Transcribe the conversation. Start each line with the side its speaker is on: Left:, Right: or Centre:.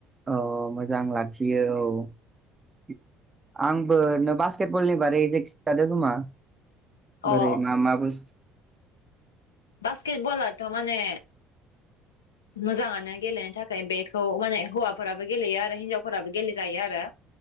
Right: औ मोजां लाखियो औ। आंबो नों बास्केटबलनि बारै जे खिथादों खोमा।
Left: अ
Right: बोरै मा मा बस
Left: बासकेट बालआथ' माने
Right: <inaudible>
Left: मोजाङानो गेलेनो थाखाय बेखौ माने हौवाफोराबो गेलेयो आरो हिनजावफोराबो गेलेजायो आरो।